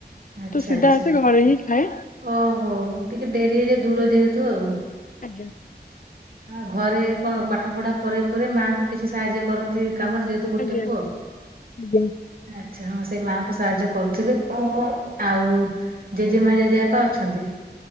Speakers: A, on the right; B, on the left.
A: ଆଚ୍ଛା
B: ତ ସିଧା
A: ଆଚ୍ଛା
B: ଆସି ଘରେ ହିଁ ଖାଏ।
A: ଓହୋ ଟିକେ ଡେରି ହେଇଯାଏ। ଦୂର ଯେହେତୁ ଆଉ,
B: ଆଜ୍ଞା।
A: ହ ଘରେ କଣ ପାଠ ପଢା ପରେ ପରେ ମାଆଙ୍କୁ କିଛି ସାହାଯ୍ୟ କରନ୍ତି। କାମରେ ଯେହେ ତୁ ଗୋଟେ
B: ଆଜ୍ଞା
A: ପୁଅ?
B: ଆଜ୍ଞା
A: ଆଚ୍ଛା। ହଁ ସେଇ ମାଆଙ୍କୁ ସାହାଯ୍ୟ କରୁଥିବେ ହୁଁ ଆଉ ଜେଜେମା ଜେଜେବାପା ଅଛନ୍ତି?